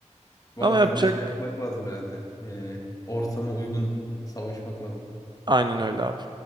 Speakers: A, on the left; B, on the right.
A: Bazen
B: Ama yapacak
A: de şey yapmak lazım herhalde. Ee, ortama uygun savaşmak lazım.
B: aynen öyle abi.